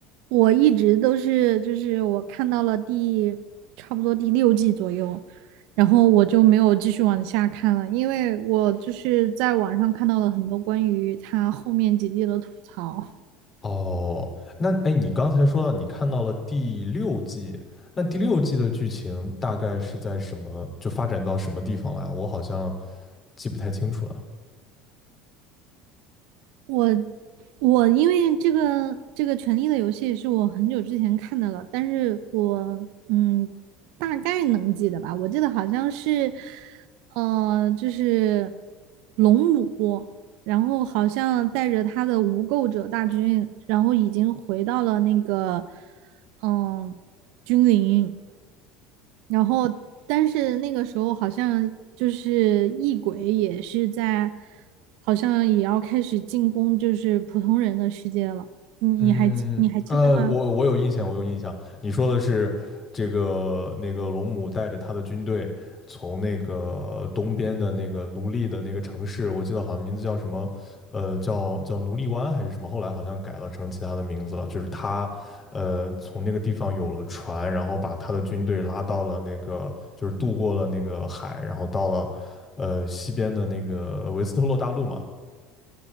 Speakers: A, on the right; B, on the left.
A: 我一直都是，就是我看到了第差不多第六季左右，然后我就没有继续往下看了，因为我就是在网上看到了很多关于他后面几季的吐槽。
B: 哦，那哎，你刚才说到你看到了第六季，那第六季的剧情大概是在什么，就发展到什么地方了呀？我好像记不太清楚了。
A: 我我因为这个这个《权力的游戏》是我很久之前看的了，但是我嗯大概能记得吧，我记得好像是呃就是龙母，然后好像带着他的无垢者大军，然后已经回到了那个嗯君临，然后但是那个时候好像就是异鬼也是在，好像也要开始进攻就是普通人的世界了。你你还记你还记得吗？
B: 嗯，呃，我我有印象，我有印象。你说的是这个那个龙母带着他的军队从那个东边的那个奴隶的那个城市，我记得好像名字叫什么，呃，叫叫奴隶湾还是什么，后来好像改了成其他的名字了。就是他，呃，从那个地方有了船，然后把他的军队拉到了那个，就是渡过了那个海，然后到了，呃，西边的那个维斯特洛大陆嘛。